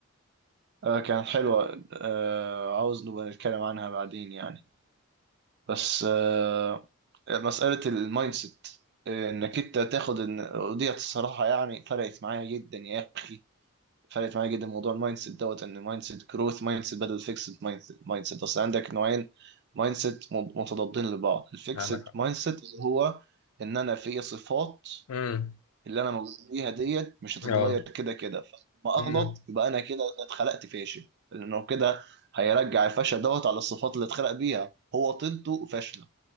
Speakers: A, on the right; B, on the left.
A: آه، كانت حلوه آه، عاوز نبقى نتكلم عنها بعدين يعني بس آه، مساله المايند سيت آه، انك انت تاخد ان وديت الصراحه يعني فرقت معايا جدا يا اخي فرقت معايا جدا موضوع المايند سيت دوت ان مايند سيت جروث مايند سيت بدل فيكسد مايند سيت اصل عندك نوعين مايند سيت متضادين لبعض الفيكسد
B: عندك حق
A: مايند سيت اللي هو ان انا في صفات
B: امم
A: اللي انا موجود بيها ديت مش هتتغير
B: اه
A: كده كده فلما
B: امم
A: اغلط يبقى انا كده اتخلقت فاشل لانه كده هيرجع الفشل دوت على الصفات اللي اتخلق بيها هو طينته فاشله